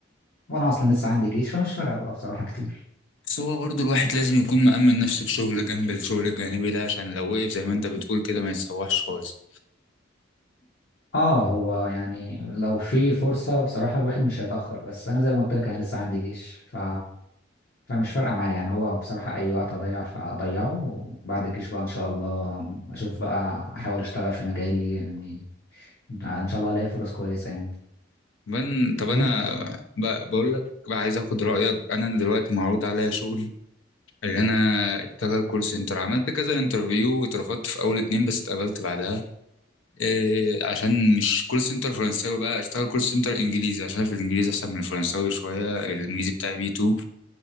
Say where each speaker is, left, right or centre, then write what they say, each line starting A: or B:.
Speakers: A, on the left; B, on the left.
A: وانا اصلا لسه عندي جيش فمش فارقه بقى بصراحه كتير
B: بس هو برضه الواحد لازم يكون مأمن نفسه بشغل جنب الشغل الجانبي ده عشان لو وقف زي ما انت بتقول كده ما يتسوحش خالص
A: اه هو يعني لو في فرصة بصراحة الواحد مش هيتأخر بس أنا زي ما قلت لك أنا لسه عندي جيش ف... فمش فارقة معايا يعني هو بصراحة أي وقت أضيع فأضيعه وبعد الجيش بقى إن شاء الله أشوف بقى أحاول أشتغل في مجالي يعني آه، إن شاء الله ألاقي فرص كويسة يعني
B: بن طب انا
A: وأنت
B: ب- بقول لك بقى عايز اخد رأيك انا دلوقتي معروض عليا شغل اللي انا اشتغل كول سنتر عملت كذا انترفيو واترفضت في اول اتنين بس اتقبلت بعدها إيه عشان مش كول سنتر فرنساوي بقى اشتغل كول سنتر انجليزي عشان في الانجليزي احسن من الفرنساوي شوية الانجليزي بتاعي بي 2